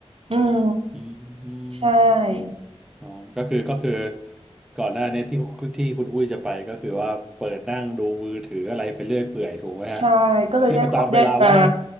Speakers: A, on the right; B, in the centre.
A: อืม
B: อืม
A: ใช่
B: อ๋อก็คือก็คือก่อนหน้านี้ที่ที่คุณอุ้ยจะไปก็คือว่าเปิดนั่งดูมือถืออะไรไปเรื่อยเปื่อยถูกไหมฮะ
A: ใช่ก็เลยได้ข้อได้อ่า
B: <laughs> ตามเวลาว่าง